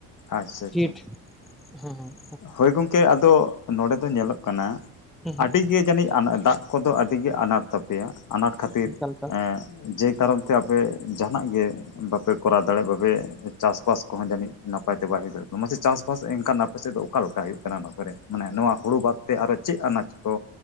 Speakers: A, on the left; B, in the centre.
A: ᱟᱪᱪᱷᱟ ᱟᱪᱪᱷᱟ
B: ᱯᱷᱤᱴ ᱦᱮᱸ ᱦᱮᱸ
A: ᱦᱳᱭ ᱜᱚᱝᱠᱮ ᱟᱫᱚ ᱱᱚᱰᱮ ᱫᱚ ᱧᱮᱞᱚᱜ ᱠᱟᱱᱟ
B: ᱦᱮᱸ ᱦᱮᱸ
A: ᱟᱹᱰᱤ ᱜᱮ ᱡᱟᱹᱱᱤᱡ <inaudible> ᱫᱟᱜ ᱠᱚᱫᱚ ᱟᱹᱰᱤ ᱜᱮ ᱟᱱᱟᱴ ᱛᱟᱯᱮᱭᱟ ᱟᱱᱟᱴ ᱠᱷᱟᱹᱛᱤᱨ
B: ᱚᱱᱠᱟ ᱞᱮᱠᱟ
A: ᱡᱮ ᱠᱟᱨᱚᱱ ᱛᱮ ᱟᱯᱮ ᱡᱟᱦᱟᱸᱱᱟᱜ ᱜᱮ ᱵᱟᱯᱮ ᱠᱚᱨᱟᱣ ᱫᱟᱲᱮᱜ ᱵᱟᱯᱮ ᱪᱟᱥᱵᱟᱥ ᱠᱚᱦᱚᱸ ᱡᱟᱹᱱᱤᱡ ᱱᱟᱯᱟᱭ ᱛᱮ ᱵᱟᱭ ᱦᱩᱭ ᱫᱟᱲᱮᱜ <inaudible> ᱢᱟᱥᱮ ᱪᱟᱥᱵᱟᱥ ᱮᱱᱠᱷᱟᱱ ᱱᱟᱯᱟᱭ ᱯᱟᱥᱮᱡ ᱫᱚ ᱚᱠᱟ ᱞᱮᱠᱟ ᱦᱩᱭᱩᱜ ᱠᱟᱱᱟ ᱱᱚᱣᱟ ᱠᱚᱨᱮ ᱢᱟᱱᱮ ᱱᱚᱣᱟ ᱦᱩᱲᱩ ᱵᱟᱫ ᱛᱮ ᱟᱨᱚ ᱪᱮᱫ ᱟᱱᱟᱡ ᱠᱚ